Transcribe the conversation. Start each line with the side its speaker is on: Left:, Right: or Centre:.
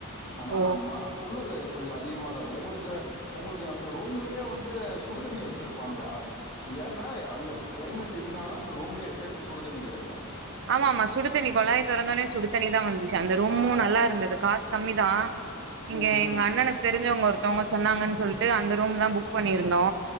Left: ஆனா
Right: ஓ
Left: ம குளுரு கொஞ்சோ அதிகமாக தா இரு உங்களுக்கு உங்களுக்கு அங்க ரூம்லேயே வந்து சுடுதண்ணி வச்சிருப்ப பாங்களே ஏன்னா அங்க கிளைமேட் இதுனால தா அங்க ரூம்லயே எப்பயு சுடுதண்ணி கெடைக்கு
Right: ஆமா ஆமா சுடுதண்ணி கொழாய தொறந்தோனே சுடுதண்ணி தா வந்து ச்சி அந்த ரூமு
Left: ஆஹ்
Right: நல்லா இருந்தது காசு கம்மி தா இங்க
Left: உம் உம்
Right: எங்க அண்ணனுக்கு தெரிஞ்சவங்க ஒரு த்தவங்க சொன்னாங்கன்னு சொல்லிட்டு அந்த ரூம் தா புக் பண்ணிருந்தோ